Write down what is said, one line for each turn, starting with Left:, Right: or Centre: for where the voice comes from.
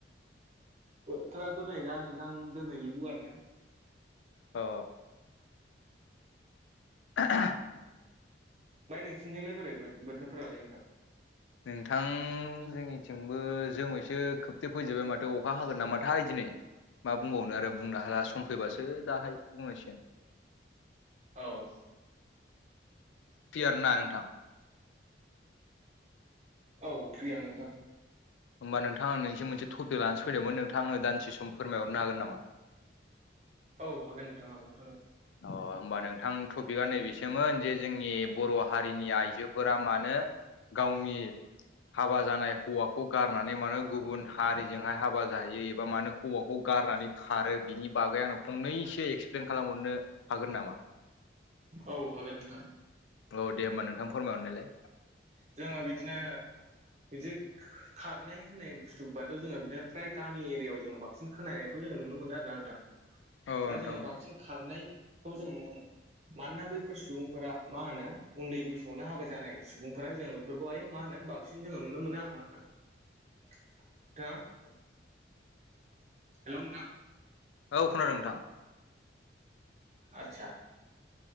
Right: बोथोराथ' नै दा नोंथां दोमैलु लु आरो ना।
Left: अ। <unintelligible>
Right: ओमफाय नोंसिनिथिंलाय बोरै बो-बोथोरफोरालाय नोंथां?
Left: नोंथां जोंनिथिंबो जोमैसो खोबथे फैजोब्बाय माथो अखा हागोन नामाथाय दिनै! मा बुंबावनो आरो बुंनो हाला सम फैबासो दाहाय बुंनांसिगोन।
Right: औ
Left: क्लियार ना नोंथां
Right: औ फ्रि आं नोंथां।
Left: होमबा नोंथां आं नोंनिसिम मोनसे टपिक लानासो फैदोंमोन नोंथां आंनो दानदिसे सम फोरमाय हरनो हागोन नामा?
Right: औ हागोन नोंथां हागोन हागोन।
Left: अ होमबा नोंथां टपिकआ नैबेसोमोन जे जोंनि बर' हारिनि आइजोफोरा मानो गावनि हाबा जानाय हौवाखौ गारनानै मानो गुबुन हारिजोंहाय हाबा जाहैयो एबा मानो हौवाखौ गारनानै खारो बिनि बागै आंनो फंनैसो एक्सप्लेन खालामहरनो हागोन नामा?
Right: औ हागोन नोंथां
Left: औ दे होमबा नोंथां फोरमायहरनायलाय।
Right: जोङो बिदिनो बिदि खारनाय होननाय बुस्थुबाथ' जोङो बिदिनो फ्राय गामि एरियायाव जोङो बांसिन खोनानायखौ जोङो नुनो मोनो आरो नोंथां।
Left: <unintelligible>
Right: बा जोङो बांसिन।
Left: औ
Right: खारनायखौ जों नुनो मोनो मानोना बैफोर सुबुंफोरा मा होनो उन्दै बैसो हाबा जानाय सुबुंफोरा जोङो बेफोरखौहाय मा होनो बांसिन जोङो नुनो मोनो आरोना नोंथां। <unintelligible> हेल' नोंथां।
Left: औ खोनादों नोंथां।
Right: आतसा।